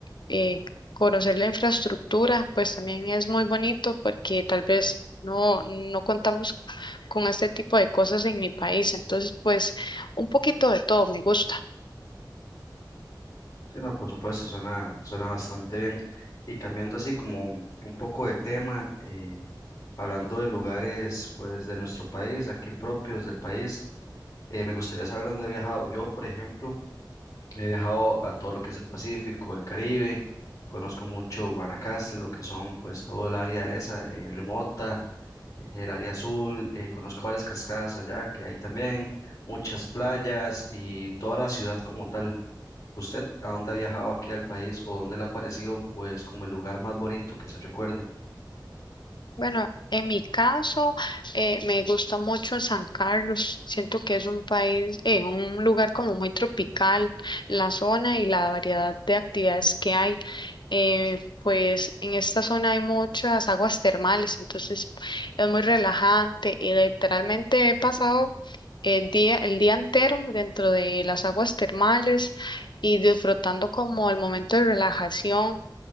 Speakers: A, on the left; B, on the left.
A: eh, conocer la infraestructura pues también es muy bonito porque tal vez no, no contamos con este tipo de cosas en mi país. Entonces pues un poquito de todo me gusta.
B: Sí, no, por supuesto, suena, suena bastante bien. Y cambiando así como un un poco de tema, eh, hablando de lugares pues de nuestro país, aquí propios del país, eh, me gustaría saber dónde he viajado. Yo, por ejemplo, he viajado a todo lo que es el Pacífico, el Caribe, conozco mucho Guanacaste, lo que son pues todo el área esa eh, remota el área azul, eh, conozco varias cascadas allá que hay también, muchas playas y toda la ciudad como tal. ¿Usted a dónde ha viajado aquí al país o dónde le ha parecido pues como el lugar más bonito que se recuerde?
A: Bueno, en mi caso, eh, me gusta mucho San Carlos. Siento que es un país, eh, un lugar como muy tropical, la zona y la variedad de actividades que hay. Eh, pues en esta zona hay muchas aguas termales, entonces es muy relajante y literalmente he pasado el día, el día entero dentro de las aguas termales y disfrutando como el momento de relajación